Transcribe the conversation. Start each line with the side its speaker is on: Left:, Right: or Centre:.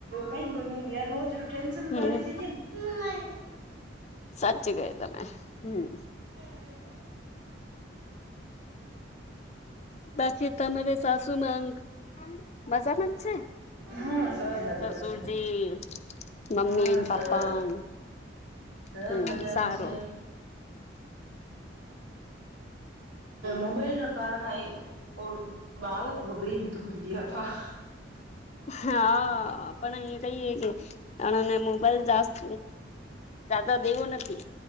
Right: કઈ ભરું રોજ ર ટેન્શન
Left: હમ
Right: ભરીસ છે ને.
Left: સાચી કહ્યું તમે હમ
Right: હમ.
Left: બાકી તમારે સાસુમાંક મજામાં જ છે?
Right: હા સોગ મજામાં
Left: સસુરજી
Right: છે.
Left: મમ્મી
Right: હા સર
Left: પપ્પા
Right: સબ
Left: હમ
Right: મજામાં
Left: સારું
Right: છે. મોબાઈલખ <unintelligible> કારણ ઓ બાળક વગડીને ધોળવી આપા.
Left: હા પણ અહી કહીએે કે, મોબાઈલ જાસ્ત દાદા દેવ નથી.